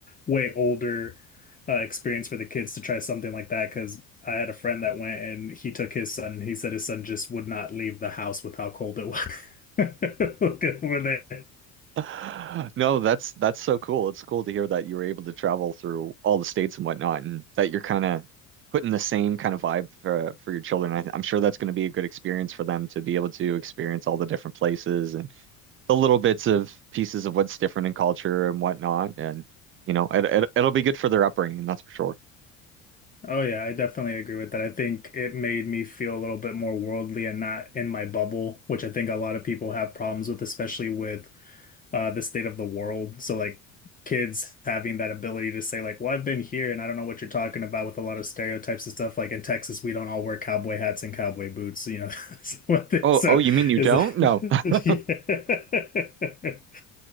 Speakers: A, on the left; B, on the right.
A: way older uh, experience for the kids to try something like that because I had a friend that went and he took his son and he said his son just would not leave the house with how cold it was. <laughs> Look over there.
B: <laughs> no, that's that's so cool. It's cool to hear that you were able to travel through all the states and whatnot, and that you're kind of putting the same kind of vibe for for your children. I, I'm sure that's going to be a good experience for them to be able to experience all the different places and the little bits of pieces of what's different in culture and whatnot. And, you know, it, it, it'll be good for their upbringing, that's for sure.
A: Oh yeah, I definitely agree with that. I think it made me feel a little bit more worldly and not in my bubble, which I think a lot of people have problems with, especially with uh, the state of the world. So like kids having that ability to say like, well, I've been here and I don't know what you're talking about with a lot of stereotypes and stuff. Like in Texas, we don't all wear cowboy hats and cowboy boots, you know. <laughs> So, I think
B: Oh,
A: so
B: oh, you mean you
A: is
B: don't?
A: it?
B: No. <laughs>
A: <laughs> yeah. <laughs>